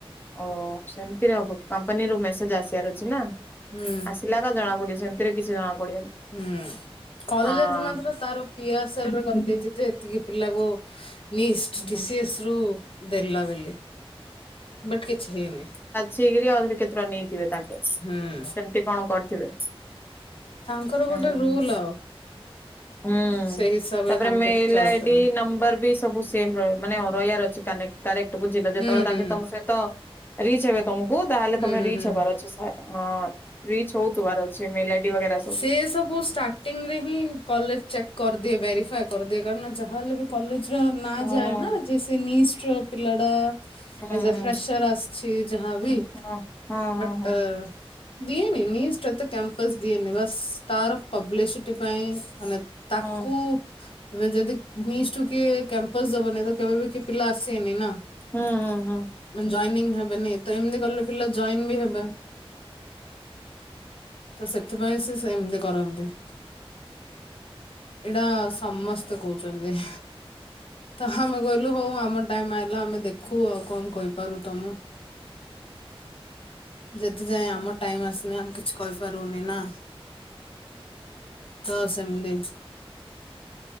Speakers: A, on the left (about 20°); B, on the left (about 65°).
A: ଓ ସେମିତିରେ ହବ କି କମ୍ପାନୀରୁୁ ମେସେଜ୍ ଆସିବାର ଅଛି ନା
B: ହୁଁ
A: ଆସିଲା ଜଣାପଡିବ ସେମିତି କିଛି ଜଣା ପଡିବନି।
B: ହୁଁ କଲେଜ୍
A: ହଁ
B: ମାତ୍ର ତାର ପିଅର୍ର୍ ସେଲ୍ଫ୍ ରେ କହିଦେଇଛି ଯେ ଏତିକି ପିଲାକୁ। ନିଷ୍ଟ୍
A: ହଁ
B: ଟିିସିୟେସ୍ ରୁ ଦେଲାବୋଲି ବଟ୍ କିଛି ହେଇନି।
A: ଶିଲି ରୁ ଆହୁରି କେତୁଟା ନେଇଥିବେ ତାଙ୍କେ। ସେମିତି
B: ହୁଁ
A: କଣ କରିଥିବେ
B: ତାଙ୍କର ଗୋଟେ
A: ଉହୁଁ।
B: ରୁଲ ଆଉ
A: ହୁଁ
B: ସେଇ ହିସାବରେ
A: ତାପରେ
B: ତାଙ୍କେ
A: ମେଲ୍
B: ଚାଲୁଛନ୍ତି।
A: ଆଇଡି ନମ୍ବର୍ ସବୁ ସେମ୍ ରହି ମାନେ ରହିବାର ଅଛି କାନାଇଟ୍ କରକଟ୍ ବୁଝିଲ ଯେତେବେଳେ
B: ହୁଁ
A: ତାଙ୍କେ
B: ହୁଁ।
A: ତମ ସହିତ ରିଚ୍ ହେବେ ତମକୁ ତାହେଲେ
B: ହୁଁ
A: ତମେ
B: ହୁଁ
A: ରିଚ୍
B: ହୁଁ
A: ହେବାର ଅଛି ସାର୍। ହଁ ରିଚ୍ ହଉ ଥିବାର ଅଛି ମେଲ୍ଆଇଡିବେଗେରା ସବୁ।
B: ସେ ସବୁ ଷ୍ଟାର୍ଟିଂ ରେ ହିଁ କଲେଜ୍ ଚେକ୍ କରିଦିଏ ଭେରିଫାଏ କରିଦିଏ କାରଣ ଯାହା ହେଲେ ବି କଲେଜ୍ ର ନାଁ
A: ହଁ।
B: ଯାଏ ନା ଜେସେ ନିସ୍ଟ୍ ର ପିଲା ଟା।
A: ହୁଁ
B: ଆଜି ଜଫ୍ରାସର୍
A: ହୁଁ
B: ଆସିଛି ଯାହ୍ନାବି
A: ହଁ ହଁ ହଁ
B: ବଟ୍
A: ହଁ
B: ଦିଏନି ନିଷ୍ଟି ରେ କମ୍ପସ ଦିଏନି ବସ୍ ପବଲି ସିଟି ପାଇ ତାକୁ
A: ହଁ
B: ଏବେ ଯଦି ମିଷ୍ଟୁ କିଏ କ୍ୟାମ୍ପସ୍ ଦବନି ତ କେବେ ବି ପିଲା ଆସିବେନି ନା।
A: ହୁଁ ହୁଁ ହୁଁ।
B: ମାନେ ଜଏନିଙ୍ଗ ହେବେନି ଏତେ ଏମିତି କଲେ ପିଲା ଜଏନ୍ ବି ହେବେ। ତ ସେଥିପାଇଁ ସେ ସେମିତି କରନ୍ତି। ଏଇଟା ସମସ୍ତେ କହୁଛନ୍ତି। ତ ଆମେ କହିଲୁ ହଉ ଆମ ଟାଇମ ଆଇଲା ଆମେ ଦେଖୁ ଆଉ କଣ କହିପାରୁ ତମେ।
A: <unintelligible>
B: ଯେତେ ଯାଏ ଆମ ଟାଇମ୍ ଆସିନି ଆମେ କିଛି କହିପାରିବୁନି ନା। ତ ସେମିଦି।